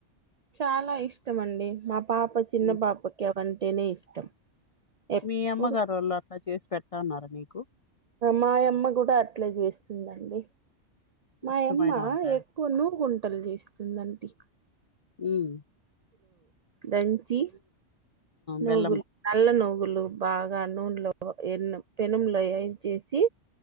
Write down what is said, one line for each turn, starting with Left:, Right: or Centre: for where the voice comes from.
Right: చాలా ఇష్టం అండి మా పాప చిన్న
Left: హ్మ్.
Right: పాపక్కేవన్ నేనే ఇష్టం ఎప్పుడు
Left: మీ అమ్మగారోళ్ళు అట్లా చేసి పెట్ ఇస్తా అన్నారా నీకు
Right: మాయమ్మ కూడా అట్లే చేస్తుందండి మాయమ్మ
Left: ఇష్టమైన వంట?
Right: ఎక్కువ నుూ గుంటలు చేస్తుందంటీ
Left: ఉమ్
Right: దంచి నోగుల్
Left: బెల్లము.
Right: నల్ల నో లు బాగా నూనెలో ఎన్నమ్ పెనంలో ఎయిన్ చేేసి